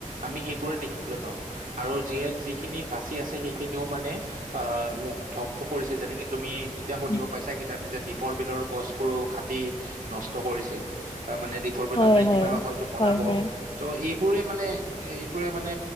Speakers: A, on the right; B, on the left.
A: আমি সেইবোৰে দেখিবলৈ পাওঁ। আৰু যিহে- যিখিনি বাচি আছে, সেইখিনিও মানে অ'। উ- ধ্বংস কৰিছে যেনেকে এতিয়া শুনিব
B: উম,
A: পাইছা কি নিজে দ্বীপৰ বিলৰ গছবোৰো কাটি নষ্ট কৰিছে অ মানে দ্বীপৰ বিল
B: হয়
A: তাতে
B: হয়
A: কিবা হয়টো বনাব
B: হয় হয়
A: ত' এই এইবোৰে মানে এ এইবোৰে মানে